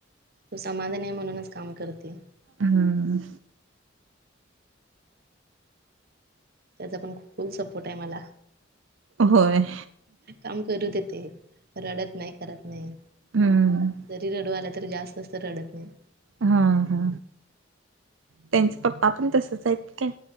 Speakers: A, on the right; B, on the right.
A: तो समाधान आहे म्हणूनच काम करते.
B: हम्म!
A: त्याचा पण खूप फुल सपोर्ट आहे मला.
B: होय.
A: काम करू देतय, रडत नाही, करत नाही,
B: हम्म
A: जरी रडू आल तर जास्त रडत नाही.
B: हा हा, त्यांचे पप्पा पण तसच आहेत काय?